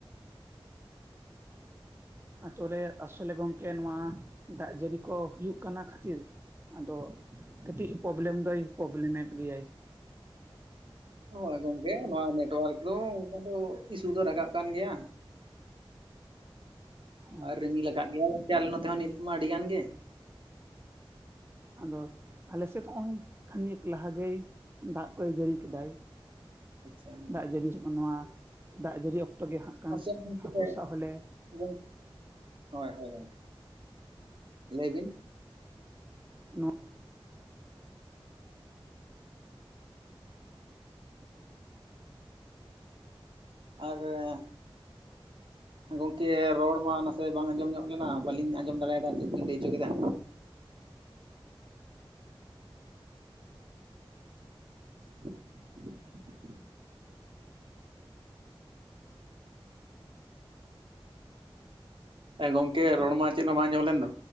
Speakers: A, on the right; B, on the right.
A: <inaudible>
B: ᱟᱹᱛᱩ ᱨᱮ ᱟᱥᱚᱞᱮ ᱜᱚᱝᱠᱮ ᱱᱚᱣᱟ, ᱫᱟᱜ ᱡᱟᱹᱲᱤ ᱠᱚ ᱦᱩᱭᱩᱜ ᱠᱟᱱᱟ ᱠᱷᱟᱹᱛᱤᱨ᱾ ᱟᱫᱚ ᱠᱟᱹᱴᱤᱡ ᱯᱨᱚᱵᱞᱮᱢ ᱫᱚᱭ ᱯᱨᱚᱵᱞᱮᱢᱮᱫ ᱜᱮᱭᱟᱭ᱾
A: ᱦᱳᱭ ᱜᱚᱝᱠᱮ
B: ᱚ
A: ᱱᱚᱣᱟ ᱱᱮᱴᱚᱣᱟᱨᱠ ᱫᱚ ᱚᱱᱠᱟ ᱫᱚ ᱤᱥᱩ ᱫᱚ ᱨᱟᱠᱟᱵ ᱠᱟᱱ ᱜᱮᱭᱟ,
B: ᱦᱮᱸ
A: ᱟᱨ ᱨᱤᱢᱤᱞᱠᱟᱫ ᱜᱮᱭᱟᱭ ᱟᱞᱮ ᱱᱚᱛᱮ ᱦᱚᱸ ᱱᱤᱛ ᱢᱟ ᱟᱹᱰᱤ ᱜᱟᱱ ᱜᱮ᱾
B: ᱟᱫᱚ ᱟᱞᱮᱥᱮᱫ ᱦᱚᱸᱜ-ᱚᱭ ᱠᱷᱟᱱᱮᱠ ᱞᱟᱦᱟ ᱜᱮᱭ ᱫᱟᱜ ᱠᱚᱭ ᱡᱟᱹᱲᱤ ᱠᱮᱫᱟᱭ᱾
A: ᱟᱪᱪᱷᱟ
B: ᱫᱟᱜ ᱡᱟᱹᱲᱤ ᱱᱚᱣᱟ ᱥᱚᱠᱟᱢ ᱱᱚᱣᱟ ᱫᱟᱜ ᱡᱟᱹᱲᱤ ᱚᱠᱛᱚ ᱜᱮ ᱦᱟᱸᱜ ᱠᱷᱟᱱ
A: ᱟᱪᱪᱷᱟ ᱜᱚᱝᱠᱮ
B: ᱦᱟᱹᱠᱩ ᱥᱟᱵᱽ ᱦᱚᱸᱞᱮ
A: ᱦᱳᱭ ᱦᱳᱭ ᱜᱚᱝᱠᱮ ᱞᱟᱹᱭ ᱵᱤᱱ?
B: ᱱᱚᱣᱟ
A: ᱟᱨᱮᱻ ᱮᱸ ᱜᱚᱝᱠᱮ ᱨᱚᱲ ᱢᱟ ᱱᱟᱥᱮ ᱵᱟᱝ ᱟᱸᱡᱚᱢ ᱧᱚᱜ ᱞᱮᱱᱟ ᱵᱟᱹᱞᱤᱧ ᱟᱸᱡᱚᱢ ᱫᱟᱲᱮᱭᱟᱫᱟ ᱪᱮᱫ ᱪᱮᱫ ᱵᱤᱱ ᱞᱟᱹᱭ ᱚᱪᱚ ᱠᱮᱫᱟ? <inaudible> ᱮ ᱜᱚᱝᱠᱮ ᱨᱚᱲ ᱢᱟ ᱪᱮᱫ ᱦᱚᱸ ᱵᱟᱝ ᱟᱸᱡᱚᱢ ᱞᱮᱱ ᱫᱚ